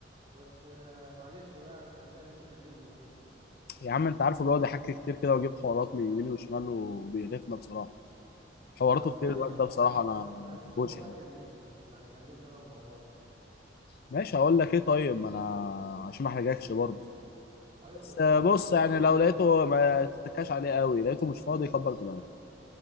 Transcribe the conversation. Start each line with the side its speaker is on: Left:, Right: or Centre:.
Right: بس آه معلش بقى يعني خليها لانه كلمني وكده
Left: يا عم انت عارفه بيقعد يحكي كتير كده ويجيب حوارات من يمين وشمال وبيقرفنا بصراحه حواراته
Right: بس
Left: كتير
Right: معلش
Left: الواد ده
Right: م-
Left: بصراحه انا
Right: بس
Left: ما
Right: بس
Left: بحبوش
Right: هو بقى
Left: يعني
Right: كلمني يعني كلمني انا المره دي
Left: ماشي هقول لك ايه طيب ما انا عشان ما احرجكش برضه
Right: ايوه
Left: بس
Right: بالظبط
Left: بص
Right: كده لان
Left: يعني
Right: الموضوع
Left: لو لقيته ما تتكاش عليه قوي لقيته مش فاضي كبر دماغك